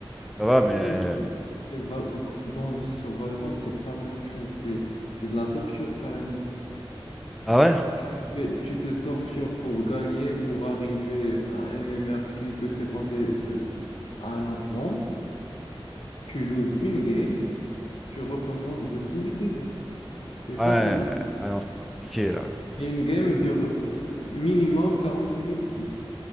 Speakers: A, in the centre; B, on the left.
A: ça va, mais.
B: Ouais, mais mais Val- dans, sur Valorant, c'est pas la même chose. C'est, c'est de la torture carrément.
A: Ah ouais?
B: Tu fais- tu te tortures pour gagner, pour arriver à un M M r qui te fait passer sur- à un autre rang. Tu loses une game, tu recommences depuis le début. C'est
A: Ouais.
B: facile.
A: Ah non, c'est compliqué là.
B: Et une game dure euh, minimum 40 minutes et plus.